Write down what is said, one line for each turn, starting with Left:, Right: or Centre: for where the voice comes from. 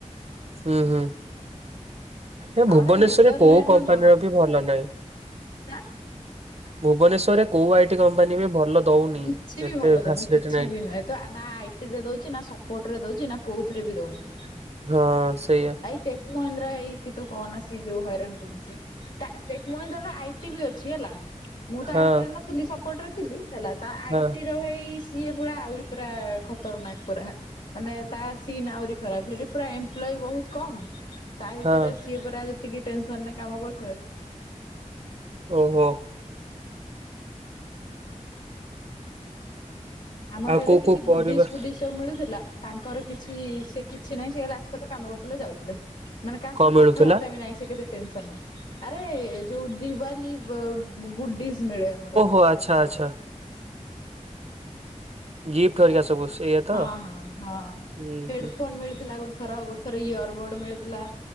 Right: ଉଁହୁଁ। ଏ ଭୁବନେଶ୍ଵରେ
Left: ଆଉ ଗୋଟେ ନେଦରଲ୍ୟାଣ୍ଡ
Right: କୋଉ କମ୍ପାନୀ
Left: ନ
Right: ର ବି ଭଲ ନାଇଁ।
Left: ନା
Right: ଭୁବନେଶ୍ଵରେ କୋଉ ଆଇ ଟି କମ୍ପାନୀ ବି ଭଲ ଦଉନି
Left: କିଛି ବି
Right: ଏତେ
Left: ଭଲ
Right: ଫାସିଲିଟି
Left: ଦଉନି କିଛି
Right: ନାହିଁ।
Left: ବି ନୁହେଁ ତ ନା ଆଇ ଟି ରେ ଦଉଚି ନା ସପୋର୍ଟ ରେ ଦଉଚି ନା କୋଉଥିରେ ବି ଦଉନି।
Right: ହଁ ସେଇଆ।
Left: ଭାଇ ଟେକ୍ ମହେନ୍ଦ୍ରା ଏଇ କି ତୁ କହନା ସିଏ ଯୋଉ ହଇରାଣ କରୁଚି। ଟା ଟେକ୍ ମହେନ୍ଦ୍ରା ର ଆଇ ଟି ବି ଅଛି ହେଲା। ମୁଁ ତ
Right: ହଁ
Left: ଆଇ ଟି ରେ ନଥିଲି ସପୋର୍ଟ ରେ ଥିଲି ହେଲା। ତା ଆଇ
Right: ହଁ
Left: ଟି ର ହେଇଶ୍ ସିଏ ପୁରା ଆହୁରି ପୁରା ଖତର୍ ନାକ୍ ପୁରା ମାନେ ତାଶ୍ ଟିମ୍ ଆହୁରି ଖରାପ୍ ସେଠି ପୁରା ଏମ୍ପ୍ଲୋଇ ବହୁତ୍ କମ୍ ତା ଭିତରେ
Right: ହଁ
Left: ସିଏ ପୁରା ଯେତିକି ଟେନସନ୍ ରେ କାମ କରୁଥାଏ।
Right: ଓ ହୋ।
Left: ଆମର
Right: ଆଉ
Left: ହେଲେ
Right: କୋଉ
Left: କିଛି
Right: କୋଉ
Left: ଗୁଡିସ୍
Right: ପରିବା
Left: ଫୁଡିସ୍ ସବୁ ମିଳୁଥିଲା। ତାଙ୍କର କିଛି ସେ କିଛି ନାହିଁ ସେ ଖାଲି ଆସୁଥିଲେ କାମ କରୁଥିଲେ ଯାଉଥିଲେ। ମାନେ କାହା
Right: କଣ
Left: ସହ
Right: ମିଳୁଥିଲା
Left: କଥା ବାର୍ତ୍ତା ବି ନାହିଁ ସେ କେତେ ଟେନ୍ସନ୍। ଆରେ ଯୋଉ ଡିୱାଲି ବ- ଗୁଡ଼ିସ୍ ମିଳେ ଆମର।
Right: ଓ ଆଚ୍ଛା ଆଚ୍ଛା। ଗିଫ୍ଟ ହାରିଆ ସବୁ ସେଇଆ ତ
Left: ହଁ ହଁ ହଁ,
Right: ହୁଁ
Left: ହେଡ୍
Right: ହୁଁ
Left: ଫୋନ୍ ମିଳିଥିଲା ଗୋଟେ ଥର। ଗୋଟେ ଥରେ ଇୟର୍ ବୋର୍ଡ ମିଳିଥିଲା।